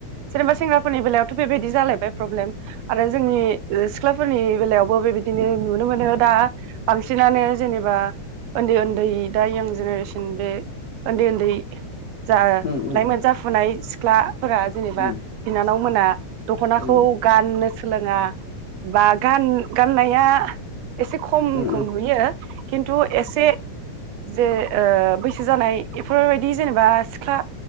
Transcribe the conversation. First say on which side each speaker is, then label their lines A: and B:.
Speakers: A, on the right (about 80°); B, on the left (about 55°).
A: जेनेबा सेंग्राफोरनि बेलायावथ' बेबायदि जालायबाय प्रब्लेम आरो जोंनि ओ सिख्लाफोरनि बेलायावबो बेबायदिनो नुनो मोनो दा बांसिनानो जेनेबा उन्दै उन्दै दा ययां जेनेरेसन उम बे ओन्दै ओन्दै जा
B: उम उम
A: लाइमोन जाफुनाय सिख्लाफोरा जेनेबा
B: उम
A: बिनानाव मोना दख'नाखौ
B: उम
A: गाननो सोलोङा बा गान गाननाया एसे खमखौ
B: नों
A: नुयो खिन्थु एसे जे ओ बैसो जानाय एफोरबायदि जेनेबा सिख्ला